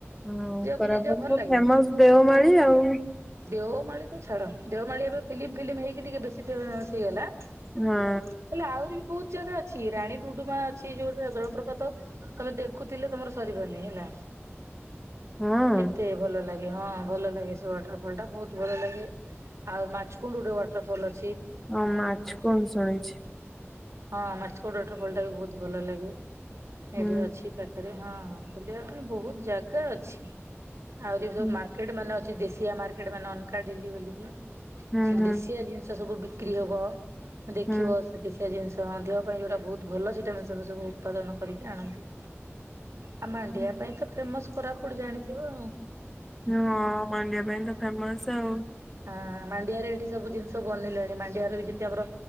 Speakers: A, in the centre; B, on the right.
A: ଓ
B: ଯିବ
A: କୋରାପୁଟ
B: ବୁଲିକି ଯିବ ଭଲ
A: ତ
B: ଲାଗିବ।
A: ଫେମସ ଦେଓମାଳି ଆଉ।
B: ଦେଓମାଳି ତ ଛାଡ ଦେଓମାଳି ଏବେ ଫିଲ୍ମ ଫିଲ୍ମ ହେକିିକେ ବେଶୀ ଫେମସ ହେଇଗଲା
A: ହଁ
B: ହେଲେ ଆହୁରି ବି ବହୁତ ବହୁ ଜାଗା ଅଛି ରାଣୀ ଡୁଡୁମା ଅଛି ଯୋଉଟା ଜଳପ୍ରପାତ ତମେ ଦେଖୁଥିଲେ ତମର ସରିବନି ହେଲା।
A: ହଁ
B: ଏତେ ଭଲ ଲାଗେ ହଁ ଭଲ ଲାଗେ ସେ ୱାଟରଫଲ ଟା ବହୁତ ଭଲ ଲାଗେ ଆଉ ମାଛକୁଣ୍ଡ ଗୋଟେ ୱାଟରଫଲ ଅ
A: ହଁ ମାଛକୁଣ୍ଡ ଶୁଣିଛି।
B: ହଁ ମାଛକୁଣ୍ଡର ୱାଟରଫଲଟା ବି ବହୁତ ଭଲ ଲାଗେ।
A: ହୁଁ
B: ଏଇଠି ଅଛି ପା ରେ ହଁ ବୁଲିବା ପାଇଁ ବହୁତ ଜାଗା ଅଛି। ଆହୁରି ସବୁ
A: ହୁଁ
B: ମାର୍କେଟ ମାନେ ଅଛି ଦେ ସିଆ ମାର୍କେଟ ମାନେ <unintelligible>
A: ହୁଁ
B: ସେଠି
A: ହୁଁ
B: ଦେଶୀଆ ଜିନିଷ ସବୁ ବି କ୍ରି ହବ। ଦେଖିବ
A: ହୁଁ
B: ସେ ଦି ସେଆ ଜିନିଷ ତ ଦେହ ପାଇଁ ଯୋଉଟା ବହୁତ ଭଲ ସେଟମେ ସେବ ସବୁ ଉତ୍ପାଦନ କରିକି ଆଣନ୍ତୁ। ଆ ମାଣ୍ଡିଆ
A: ହୁଁ।
B: ପାଇଁ ତ ଫେମସ। କୋରାପୁଟ ଜାଣିଥିବ।
A: ହଁ ମାଣ୍ଡିଆ ପାଇଁନ ତ ଫେମସ। ହଁ।
B: ହଁ ମାଣ୍ଡିଆରେ ବି ତ ସବୁ ଜିନିଷ ବନିଲେଣି ମାନ୍ ଡିଆରେ ବି ଜେନ୍ତି ଆମର